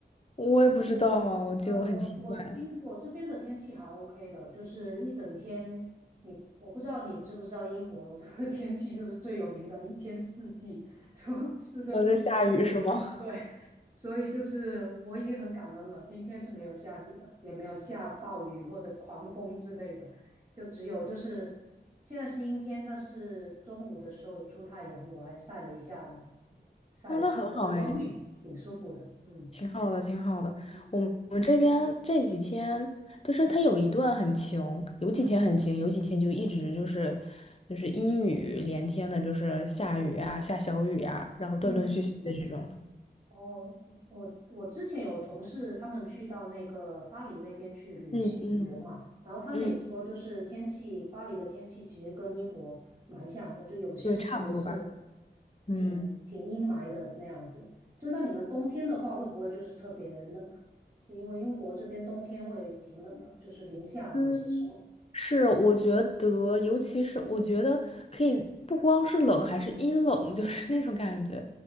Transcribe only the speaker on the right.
这
对，我我今我这边的天气还 OK 的，就是一整天，你我不知道你知不知道英国的 <laughs> 天气就是最有名的，一天四季，<laughs> 就四个季节都有。
对，所以就是我已经很感恩了，今天是没有下雨的，也没有下暴雨或者狂风之类的，就只有就是现在是阴天，但是中午的时候有出太阳，我还晒了一下，晒了一下日光浴，
挺舒服的。嗯
嗯
嗯。哦，我我之前有同事，他们去到那个巴黎那边去旅行旅游嘛，
然后他们也说，
就是天气，巴黎的天气其实跟英国蛮像的，就有些时候也是
挺挺阴霾的那样子。就那你们冬天的话，会不会就是特别冷啊？就因为英国这边冬天会挺冷的，就是零下有些时候，